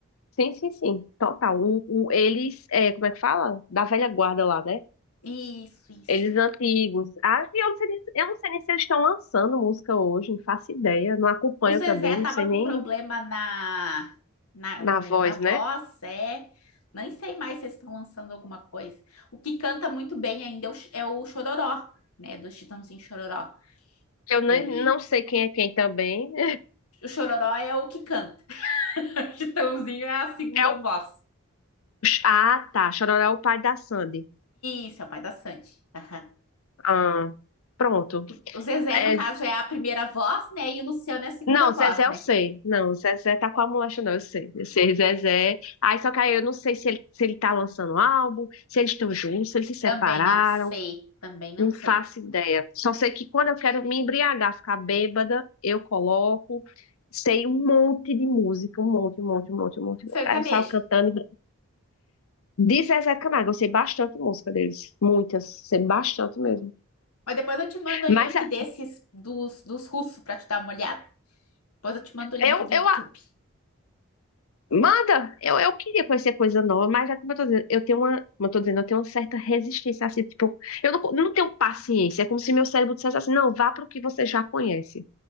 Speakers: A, on the left (about 70°); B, on the left (about 90°).
A: Sim, sim, sim, total. o, o eles, é, como é que fala? Da velha guarda lá, né?
B: Isso, isso.
A: Eles antigos. Ah, e eu não sei, nem- eu não sei nem se eles estão lançando música hoje, não faço ideia. Não acompanho
B: O Zezé
A: também,
B: tava
A: não sei
B: com
A: nem
B: problema na, na,
A: na
B: no,
A: voz,
B: na voz,
A: né?
B: é. Nem sei mais se eles estão lançando alguma coisa. O que canta muito bem ainda é o, é o Chororó, né? Do Chitãozinho Chororó.
A: Que eu nem,
B: Ele.
A: não sei quem é quem também. <laughs>
B: O Chororó é o que canta. <laughs> O Chitãozinho é a segunda
A: É o...
B: voz.
A: Ah, tá. Chororó é o pai da Sandy.
B: Isso, é o pai da Sandy. Aham.
A: Ah, pronto.
B: E por- O Zezé,
A: É,
B: no caso, é a primeira voz, né? E o Luciano é a segunda
A: Não,
B: voz,
A: Zezé
B: né?
A: eu sei. Não, Zezé tá com a molecha, não, eu sei. Eu sei, Zezé. Aí só que aí eu não sei se ele, se ele tá lançando um álbum, se eles estão juntos, se eles se separaram.
B: Também não sei, também não
A: Não faço
B: sei.
A: ideia. Só sei que quando eu quero me embriagar, ficar bêbada, eu coloco, sei um monte de música, um monte, um monte, um monte, um monte. um monte.
B: Sertanejo.
A: Aí eu saio cantando. De Zezé de Camargo, eu sei bastante música deles. Muitas, sei bastante mesmo.
B: Mas depois eu te mando o
A: Mas
B: link
A: é,
B: desses dos, dos russos pra te dar uma olhada. Depois eu te mando o link
A: eu,
B: do
A: eu
B: YouTube.
A: a- manda, eu, eu queria conhecer coisa nova, mas é como eu tô dizendo, eu tenho uma, como eu tô dizendo, eu tenho uma certa resistência assim, tipo, eu não, não tenho paciência. É como se meu cérebro dissesse assim, não, vá para o que você já conhece.